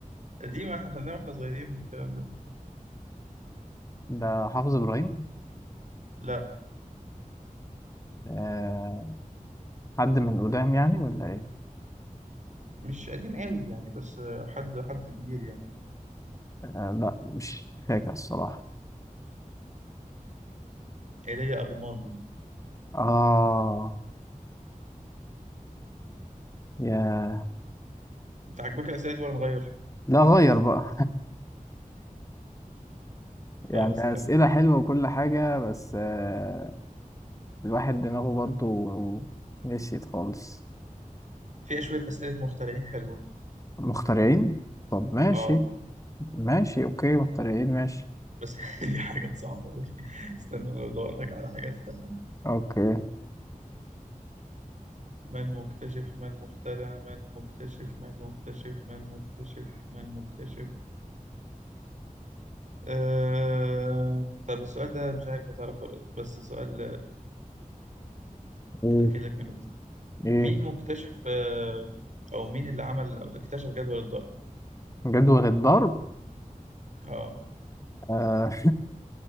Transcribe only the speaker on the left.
ده حافظ ابراهيم
آه، حد من قدام يعني ولا ايه
آه، لا مش فاكر الصراحه
اه يا
لا غير بقى <laughs> يعني
اسئله حلوه وكل حاجه بس آه، الواحد دماغه برضو نسيت خالص
مخترعين طب ماشي
ماشي اوكي مخترعين ماشي
اوكي
ايه
ايه
جدول الضرب
آه